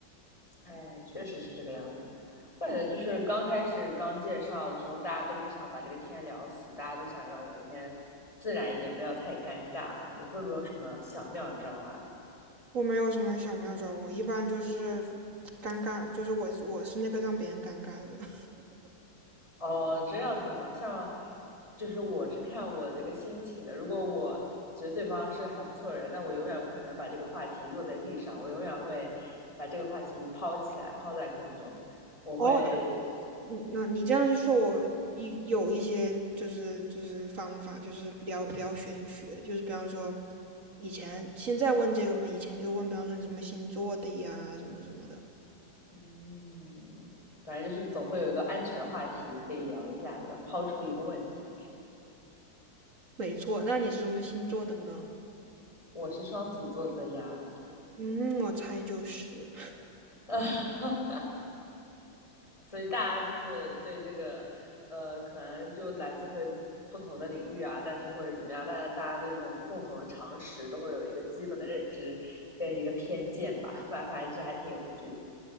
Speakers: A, on the left; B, on the right.
A: 哎，确实是这个样子。我感觉就是刚开始刚介绍的时候，大家都不想把这个天聊死，大家都想让聊天自然一点，不要太尴尬啊。你会不会有什么小妙招啊？
B: 我没有什么小妙招，我一般就是尴尬，就是我我是那个让别人尴尬的人。<laughs>
A: 哦，这样子嘛，像，就是我是看我这个心情的。如果我觉得对方是个还不错的人，那我永远不可能把这个话题落在地上，我永远会把这个话题抛起来，抛在空中。我会，
B: 哦，嗯，那你这样一说，我一有一些就是就是方法，就是聊聊玄学，就是比方说以前现在问这个嘛，以前就问，比方说你什么星座的呀，什么什么的。
A: 嗯，反正就是总会有一个安全的话题可以聊一下，对吧？抛出一个问题，
B: 没错，那你是什么星座的呢？
A: 我是双子座的呀，
B: 嗯，我猜就是，
A: <laughs> 啊，所以大家就是对这个，呃，可能就来自会不同的领域啊，但是或者怎么样，但是大家对这种共同的常识都会有一个基本的认知跟一个偏见吧，反反正这还挺有趣的。